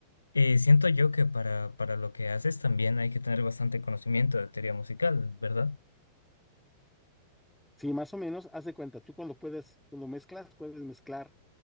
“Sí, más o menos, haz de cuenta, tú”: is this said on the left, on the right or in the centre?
Centre